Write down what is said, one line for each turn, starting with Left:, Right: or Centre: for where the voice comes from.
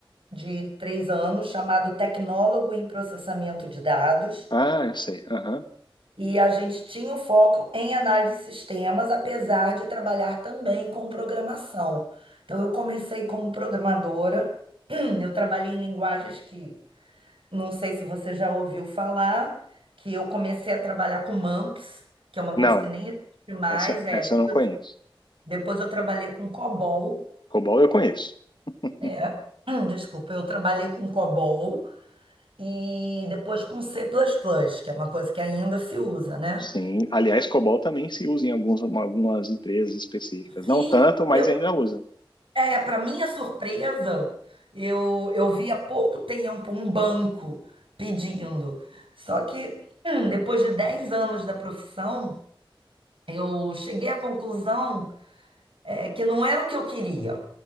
Right: de três anos, chamado Tecnólogo em Processamento de Dados.
Left: Ah, eu sei. aham.
Right: E a gente tinha o foco em análise de sistemas, apesar de trabalhar também com programação. Então, eu comecei como programadora. <clears throat> Eu trabalhei em linguagens que não sei se você já ouviu falar que eu comecei a trabalhar com mumps, que é uma
Left: Não,
Right: coisa que nem existe mais.
Left: essa,
Right: É.
Left: essa
Right: Depois,
Left: eu não conheço.
Right: depois eu trabalhei com COBOL.
Left: COBOL eu conheço. <laughs>
Right: É. <clears throat> Desculpa, eu trabalhei com COBOL e depois com C++, plus plus, que é uma coisa que ainda se usa, né?
Left: Sim, aliás, COBOL também se usa em alguns, algumas empresas específicas.
Right: Sim,
Left: Não tanto, mas
Right: eu,
Left: ainda usa.
Right: é, para minha surpresa, eu, eu vi há pouco tempo um banco pedindo. Só que <clears throat> hum, depois de 10 anos da profissão, eu cheguei à conclusão é, que não era o que eu queria